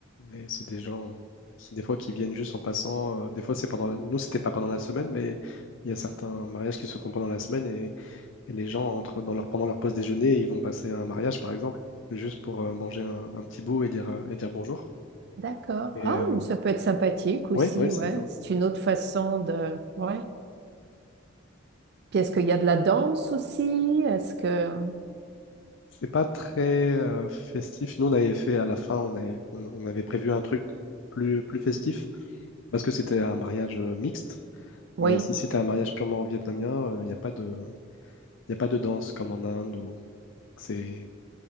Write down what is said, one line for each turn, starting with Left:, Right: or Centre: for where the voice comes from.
Left: et c'est des gens qui, des fois, qui viennent juste en passant. euh, des fois, c'est pendant la- nous, c'était pas pendant la semaine, mais il y a certains mariages qui se font pendant la semaine et, et les gens entrent dans leur, pendant leur pause déjeuner, ils vont passer à un mariage, par exemple, juste pour euh, manger un, un petit bout et dire, euh, et dire bonjour.
Right: D'accord.
Left: Et
Right: Ah,
Left: oui,
Right: mais ça peut être sympathique aussi,
Left: ouais, ouais, c'est
Right: ouais.
Left: ça.
Right: C'est une autre façon de... Ouais. Puis est-ce qu'il y a de la danse aussi? Est-ce que...
Left: C'est pas très euh, festif. Nous, on avait fait à la fin, on avait, on, on avait prévu un truc plus, plus festif parce que c'était un mariage euh, mixte.
Right: Oui,
Left: Mais si c'était un mariage purement vietnamien, euh, il n'y a pas de, y a pas de danse comme en Inde où c'est,